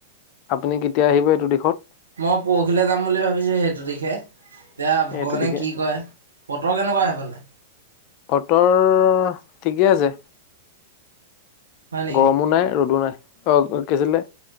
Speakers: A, on the left; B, on the right.
A: আপুনি কেতিয়া আহিব এইটো দিশত?
B: মই পৰহিলৈ যাম বুলি ভাবিছোঁ সেইটো দিশে। এতিয়া ভগৱানে
A: এইটো দিশে
B: কি কৰে। বতৰ কেনেকুৱা সেই ফালে?
A: বতৰ ঠিকেই আছে।
B: হয় নেকি
A: গৰমো নাই, ৰ'দো নাই, অ' কি আছিলে,